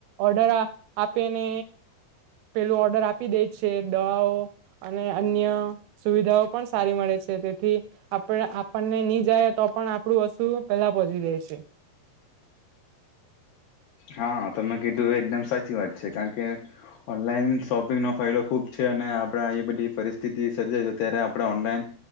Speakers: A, on the right; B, on the left.
A: ઓર્ડર અ આપેને પેલું ઓર્ડર આપી દે છે, દવાઓ અને અન્ય સુવિધાઓ પણ સારી મળે છે, તેથી આપ આપણને ની જાય તો પણ આપડુ વસ્તુ પેલા પહોંચી જાય છે.
B: હા તમે કીધું એ એકદમ સાચી વાત છે કારણ કે ઓનલાઈન શોપિંગનો ફાયદો ખુબ છે, અને આપડે એ બધી પરિસ્થિતિ સર્જાય છે, ત્યારે આપડે ઓનલાઈન